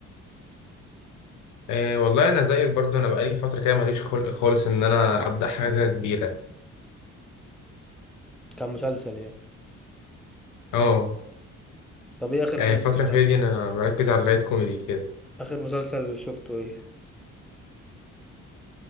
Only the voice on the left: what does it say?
آه والله انا زيك برضو انا بقالي فترة كده ماليش خلق خالص ان انا ابدأ حاجة كبيرة
اه
يعني
الفترة
الأخيرة دي انا مركز على اللايت كوميدي كده